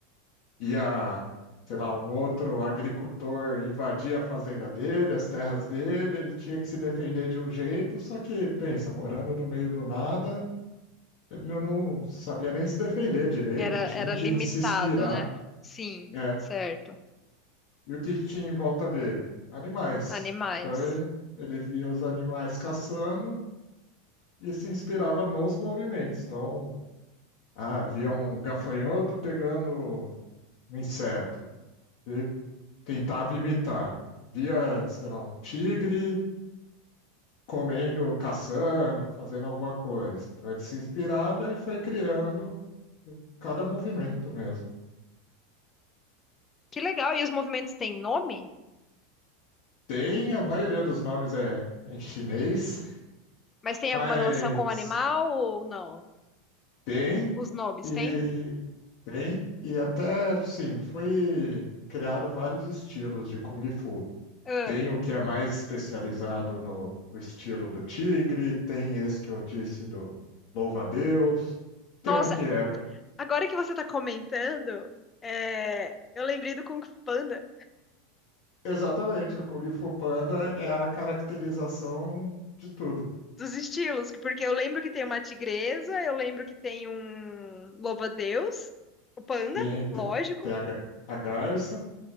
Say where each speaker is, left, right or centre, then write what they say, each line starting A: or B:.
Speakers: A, on the left; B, on the left.
A: ia, sei lá, um outro agricultor invadia a fazenda dele, as terras dele, ele tinha que se defender de um jeito, só que, pensa, morando no meio do nada Ele não sabia nem se defender direito,
B: era,
A: não tinha
B: era
A: em quem
B: limitado,
A: se inspirar.
B: né? Sim,
A: É.
B: certo.
A: E o que que tinha em volta dele? Animais.
B: Animais.
A: Então ele, ele via os animais caçando e se inspirava nos movimentos. Então, ah, via um gafanhoto pegando um inseto e tentava imitar. Via, sei lá, um tigre comendo, caçando, fazendo alguma coisa. Então ele se inspirava e foi criando cada movimento mesmo.
B: Que legal. E os movimentos têm nome?
A: Tem, a maioria dos nomes é em chinês,
B: Mas tem
A: mas
B: alguma relação com o animal ou não?
A: tem
B: Os nomes
A: e
B: têm?
A: tem e até sim, foi criado vários estilos de Kung Fu.
B: Ah,
A: Tem o que é mais especializado no, no estilo do tigre, tem esse que eu disse do louva-a-Deus, tem
B: nossa,
A: um que é
B: agora que você tá comentando, é, eu lembrei do Kung Fu Panda,
A: exatamente o Kung Fu Panda é a caracterização de tudo.
B: dos estilos, porque eu lembro que tem uma tigresa, eu lembro que tem um louva-a-Deus, o panda,
A: Sim,
B: lógico,
A: tem, tem a, ga- a garça,